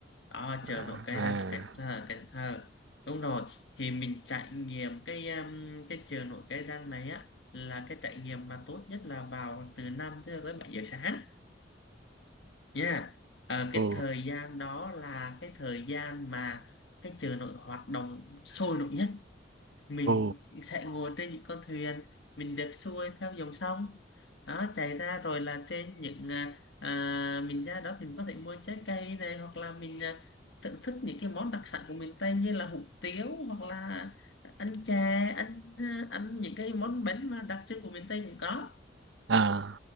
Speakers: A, on the left; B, on the right.
A: Đó,
B: à,
A: chợ nổi Cái
B: à
A: Răng ở Cần Thơ, Cần Thơ. Đúng rồi, thì mình trải nghiệm cái um, cái chợ nổi Cái Răng này á là cái trải nghiệm mà tốt nhất là vào từ 5 tới 7 giờ sáng nha Ờ,
B: ồ
A: cái thời gian đó là cái thời gian mà cái chợ nổi hoạt động sôi động nhất mình
B: ồ
A: sẽ ngồi trên những con thuyền mình được xuôi theo dòng sông đó chảy ra rồi là trên những à, à, mình ra đó thì mình có thể mua trái cây này hoặc là mình à, thưởng thức những cái món đặc sản của miền Tây như là hủ tiếu hoặc là ăn chè ăn à, ăn những cái món bánh mà đặc trưng của miền Tây cũng có
B: à